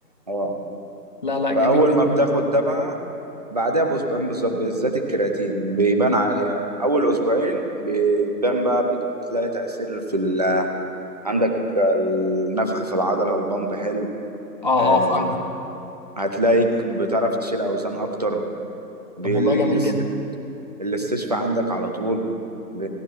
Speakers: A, on the right; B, on the left.
A: اه
B: لا لا جميل
A: فأول
B: جدا
A: ما بتاخد ده بقى بعدها بأسبوعين بالظبط بالذات الكرياتين بيبان عليها أول أسبوعين بتبان بقى بتلاقي تأثير في ال... عندك النفخ في العضلة البامب حلو
B: اه
A: آه،
B: اه فاهمك
A: هتلاقيك بتعرف تشيل أوزان أكتر بالاس-
B: طب والله جميل جدا
A: الاستشفاء عندك على طول ب...